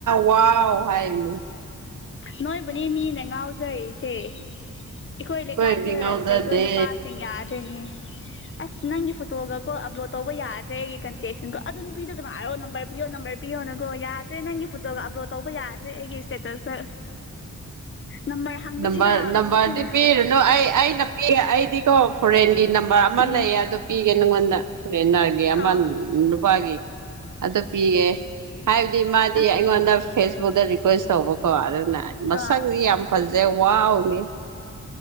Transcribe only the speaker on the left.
ꯅꯣꯏꯕꯨꯅꯤ ꯃꯤꯅ ꯉꯥꯎꯖꯩꯁꯦ ꯏꯈꯣꯏ
ꯂꯩꯀꯥꯏꯗ
ꯂꯩꯕ ꯅꯨꯄꯥꯁꯤꯡ ꯌꯥꯗꯣꯏꯅꯤ ꯑꯁ ꯅꯪꯒꯤ ꯐꯣꯇꯣꯒꯀꯣ ꯑꯞꯂꯣꯗ ꯇꯧꯕ ꯌꯥꯗ꯭ꯔꯦ ꯑꯩꯒꯤ ꯀꯟꯇꯦꯛꯁꯤꯡꯗꯣ ꯑꯗꯨ ꯅꯨꯄꯤꯗꯣ ꯑꯗꯨꯝꯥꯏ ꯍꯥꯏꯔꯣ ꯅꯝꯕꯔ ꯄꯤꯌꯣ ꯅꯝꯕꯔ ꯄꯤꯌꯣ <inaudible> ꯌꯥꯗ꯭ꯔꯦ ꯅꯪꯒꯤ ꯐꯣꯇꯣꯒ ꯑꯞꯂꯣꯗ ꯇꯧꯕ ꯌꯥꯗꯦ ꯑꯩꯒꯤ ꯏꯁꯇꯦꯇꯁꯇ꯫ ꯅꯝꯕꯔ ꯍꯪꯕꯁꯤꯅ
ꯍꯪꯕꯁꯤꯅ
ꯎꯝ
ꯑꯥꯎ
ꯑꯁ
ꯑꯥ